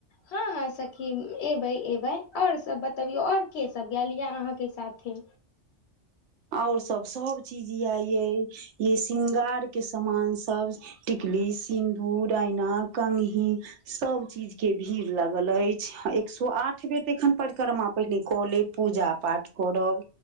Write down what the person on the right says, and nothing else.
और सब सब चीज य ये य शृंगार के सामान सब टिकली सिंदूर आयना कंगघी सब चीज के भीड़ लागल अछि एक सौ आठ बे <unintelligible> पहिले कऽ ले पूजा पाठ करब